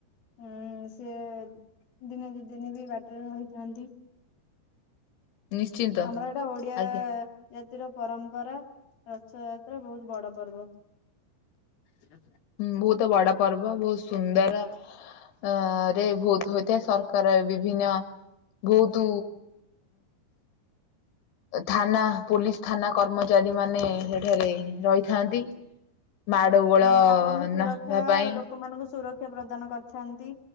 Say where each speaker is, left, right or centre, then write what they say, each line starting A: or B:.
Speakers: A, on the left; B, on the left.
A: ହୁଁ ସିଏ ଦିନେ ଦୁଇ ଦିନ ବି ବାଟରେ ରହିଥାନ୍ତି।
B: ନିଶ୍ଚିନ୍ତ
A: ଆମର ଏଇଟା ଓଡିଆ
B: ଆଜ୍ଞା
A: ଜାତିର ପରମ୍ପରା ରଥଯାତ୍ରା ବହୁତ ବଡ ପର୍ବ। ହଁ।
B: ହୁଁ ବହୁତ ବଡ ପର୍ବ ବହୁତ ସୁନ୍ଦର। ଆରେ ବହୁତ ହୋଇଥାଏ ସରକାର ବିଭିନ୍ନ ବହୁତ ଥାନା ପୋଲିସ ଥାନା କର୍ମଚାରୀ ମାନେ ସେଠାରେ ରହିଥାନ୍ତି। ମାଡ ଗୋଳ
A: ଠାକୁରଙ୍କୁ
B: ନହେବା
A: ସୁରକ୍ଷା
B: ପାଇଁ।
A: ଲୋକମାନଙ୍କୁ ସୁରକ୍ଷା ପ୍ରଦାନ କରିଥାନ୍ତି